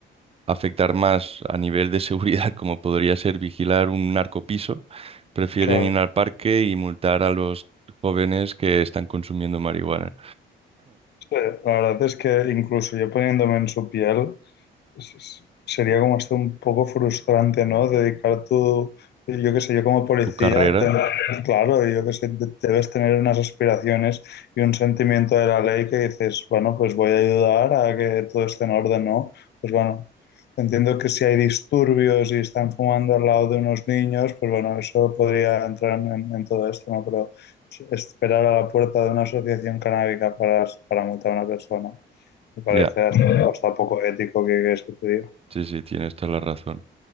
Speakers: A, on the right; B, on the left.
A: afectar más a nivel de seguridad, <laughs> como podría ser vigilar un narcopiso, prefieren
B: Claro,
A: ir al parque y multar a los jóvenes que están consumiendo marihuana.
B: sí, la verdad es que incluso yo poniéndome en su piel, es- es- sería como hasta un poco frustrante, ¿no? Dedicar tu, yo qué sé, yo como policía,
A: tu carrera.
B: ten- claro, yo qué sé, de- debes tener unas aspiraciones y un sentimiento de la ley que dices, bueno, pues voy a ayudar a que todo esté en orden, ¿no? Pues bueno, entiendo que si hay disturbios y están fumando al lado de unos niños, pues bueno, eso podría entrar en, en todo esto, ¿no? Pero esperar a la puerta de una asociación canábica para, para multar a una persona. Me parece
A: Ya,
B: hasta, hasta poco ético que, que eso te diga.
A: sí, sí, tienes toda la razón.